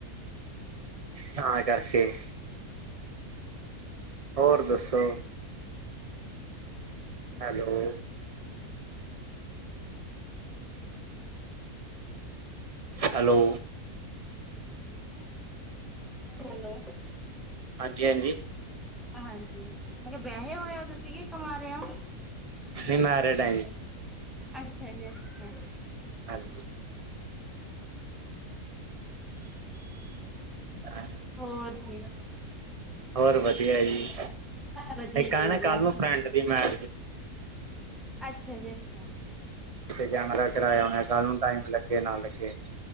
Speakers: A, on the right; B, in the centre.
A: ਤਾਂ ਕਰਕੇ। ਹੋਰ ਦੱਸੋ ਹੈਲੋ। ਹੈਲੋ।
B: ਹੈਲੋ।
A: ਹਾਂਜੀ, ਹਾਂਜੀ।
B: ਹਾਂਜੀ, ਮੈਂ ਕਿਹਾ ਵਿਆਹੇ ਹੋਏ ਹੋ ਤੁਸੀਂ ਕੀ ਕਵਾਰੇ ਹੋ?
A: ਨਹੀਂ ਮੈਰਿਡ ਆ ਜੀ।
B: ਅੱਛਾ ਜੀ ਅੱਛਾ।
A: ਹਾਂਜੀ। ਹਾਂ।
B: ਹੋਰ ਕੀ।
A: ਹੋਰ ਵਧੀਆ ਜੀ
B: ਵਧੀਆ
A: ਇੱਕ
B: ਜੀ
A: ਇਹ
B: ਵਧੀਆ
A: ਨਾ ਕੱਲ ਨੂੰ ਫਰੈਂਡ ਦੀ ਮੈ
B: ਅੱਛਾ ਜੀ ਅੱਛਾ।
A: ਤੇ ਕੈਮਰਾ ਕਰਾਇਆ ਹੋਣਾ ਕੱਲ ਨੂੰ ਟਾਈਮ ਲੱਗੇ ਨਾ ਲੱਗੇ।